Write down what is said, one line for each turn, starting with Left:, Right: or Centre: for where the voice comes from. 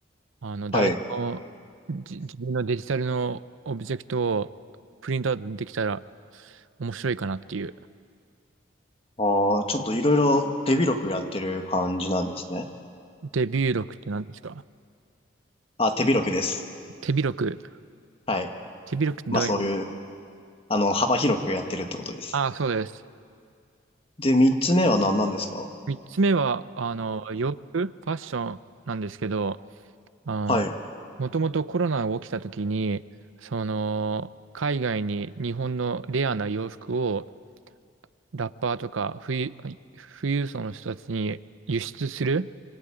Right: あの、誰でもじ自分のデジタルのオブジェクトをプリントアウトできたら
Left: はい。
Right: 面白いかなっていう。
Left: ああ、ちょっといろいろ手広くやってる感じなんですね。
Right: デビュー録って何ですか
Left: あ、手広くです。
Right: 手広く。
Left: はい。
Right: 手広くってどういう意味。
Left: まあ、そういう、あの、幅広くやってるってことです。
Right: ああ、そうです。
Left: で、三つ目は何なんですか
Right: 三つ目は、あの、洋服、ファッションなんですけど、あの、
Left: はい、
Right: もともとコロナが起きた時に、その、海外に日本のレアな洋服をラッパーとか富裕、富裕層の人たちに輸出する